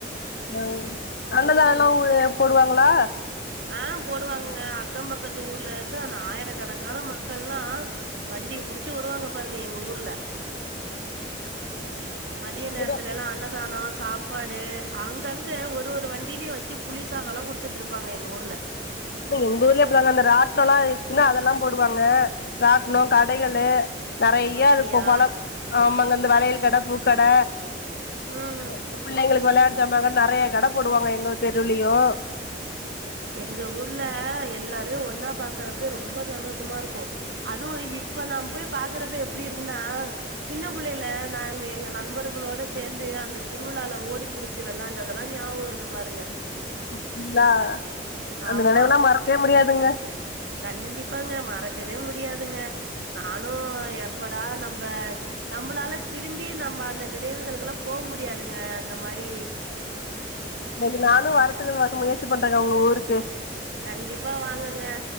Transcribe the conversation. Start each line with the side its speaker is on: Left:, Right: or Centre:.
Left: ஓ அன்னதானல்லா
Right: ம்.
Left: ஊருல போடுவாங்களா
Right: ஆ போடுவாங்கங்க அக்கம் பக்கத்து ஊர்லருந்து அந்த ஆயிரக்கணக்கான மக்கள்லா வண்டிய புடிச்சி வருவாங்க பாருங்க எங்க ஊர்ல மதிய நேரத்துலேலா
Left: ர
Right: அன்னதான சாப் பாடு அங்கங்க ஒரு ஒரு வண்டிலயு வெச்சு புளிசாதோலா குடுத்துட்ருப்பாங்க எங்க ஊர்ல
Left: அ எங்க ஊர்லயு அப்டிதாங்க அந்த ராட்னோலா இருந்ச்சுனா அதல்லா போடுவாங்க ராட்னோ கடைங்களு
Right: அப்
Left: நெறையா
Right: அப்படியா?
Left: இருக்கு பழம் ஆமாங்க இந்த வளையல் கட பூக்கட
Right: ம்.
Left: இந்த புள்ளைங்களுக் வெளயாட்டுசாமாங்கட் நெறைய கட போடுவாங்க எங்கவ் தெருவுலயு
Right: எங்க ஊர்ல எல்லாருமே ஒன்னா பாக்குறப்பயே ரொம்ப சந்தோஷமா இருக்கு அதுவு இப்ப நா போய் பாக்குறப்ப எப்டி இருக்குனா சின்ன புள்ளேலே நாங்க எங்க நண்பர்குளோட சேந்து அந்த திருவுழால ஓடி புடு ச்சு வெளாண்டதலா ஞாபு வருது பாருங்க
Left: அப்டிங்ளா அந்த
Right: ஆமா
Left: நெனைவுலா மறக்கவே முடியாதுங்க
Right: கண்டிப்பாங்க மறக்கவே முடியாதுங்க நானு எப்படா நம்ப நம்முளால திரும்பி நம்ப அந்த நினைவுகளுக்குலா போ முடியாதுங்க அந்த மாரி
Left: இன்னைக்கு நானு வரத்துக்குன் வசொ முயற்சி பண்றங்க உங்க ஊருக்கு
Right: கண்டிப்பா வாங்கங்க